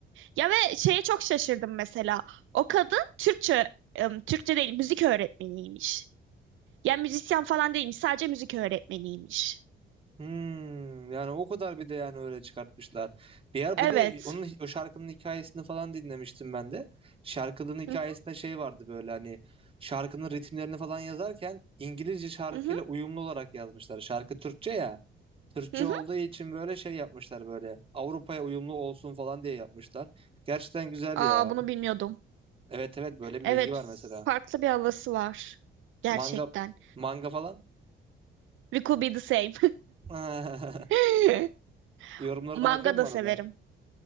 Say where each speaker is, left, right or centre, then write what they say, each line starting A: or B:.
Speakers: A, on the right; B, on the right.
A: Ya ve şeye çok şaşırdım mesela. O kadın Türkçe, ım, Türkçe değil müzik öğretmeniymiş. Ya müzisyen falan değilmiş, sadece müzik öğretmeniymiş.
B: Hmm, yani o kadar bir de yani öyle çıkartmışlar. Bir ara
A: Evet.
B: bir de onun o şarkının hikayesini falan dinlemiştim ben de. Şarkının hikayesinde
A: Hı
B: şey vardı böyle hani şarkının ritimlerini falan yazarken İngilizce şarkıyla
A: hı hı
B: uyumlu olarak yazmışlar. Şarkı Türkçe ya. Türkçe
A: hı. hı.
B: olduğu için böyle şey yapmışlar böyle. Avrupa'ya uyumlu olsun falan diye yapmışlar. Gerçekten güzel
A: Aa
B: ya.
A: bunu bilmiyordum.
B: Evet evet böyle bir
A: Evet,
B: bilgi var mesela.
A: farklı bir havası var. Gerçekten.
B: Manga manga falan.
A: We could be the same.
B: <laughs>
A: <laughs>
B: Yorumlarına
A: Manga
B: bakıyor mu
A: da
B: arada?
A: severim.